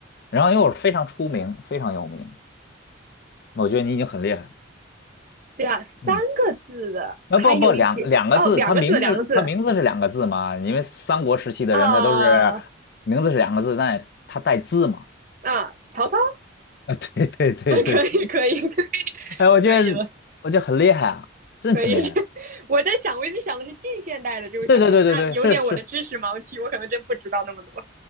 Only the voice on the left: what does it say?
然后又是非常出名，非常有名。我觉得你已经很厉害。
嗯，呃，
不不，两两个字，
他名字他名字是两个字嘛？
因为三国时期的人他都是名字是两个字，
但他带字嘛。
啊，对对对对
哎，我觉得我觉得很厉害啊，
真的挺厉害的。
对对对对对，
是是，